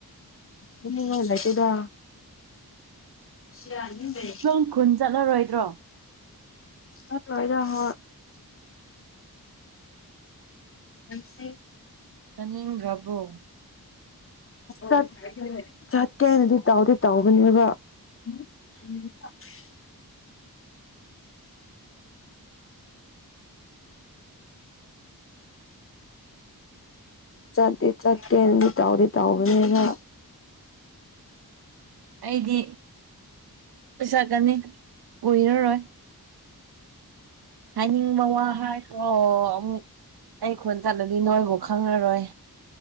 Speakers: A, on the left; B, on the right.
A: ꯍꯉꯂ <unintelligible> ꯁꯤꯗꯥ ꯌꯥꯅꯤ ꯂꯩ
B: ꯅꯪ ꯈꯨꯟ ꯆꯠꯂꯔꯣꯏꯗ꯭ꯔꯣ
A: ꯑ ꯃ ꯌꯥ ꯍꯣ ꯅꯦ <inaudible>
B: ꯀꯅꯤꯡ ꯔꯕꯣ
A: ꯆꯠ ꯆꯠꯀꯦ ꯍꯥꯏꯅꯗꯤ ꯇꯥꯎꯗꯤ ꯇꯥꯎꯕꯅꯦꯕ <unintelligible>
B: <inaudible>
A: ꯆꯠꯇꯤ ꯆꯠꯇꯦꯅꯗꯤ ꯇꯧꯗꯤ ꯇꯥꯎꯧꯕꯅꯦꯕ
B: ꯑꯩꯗꯤ ꯆꯛꯀꯅꯤ ꯀꯣꯏꯔꯔꯣꯏ ꯍꯥꯏꯅꯤꯡꯕ ꯋꯥ ꯑꯣ ꯑꯃ ꯑꯩ ꯈꯣꯟ ꯆꯠꯂꯗꯤ ꯅꯣꯏꯕꯨ ꯈꯪꯉꯔꯣꯏ